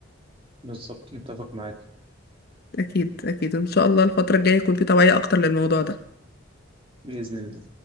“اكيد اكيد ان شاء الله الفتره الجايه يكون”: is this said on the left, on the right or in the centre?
Left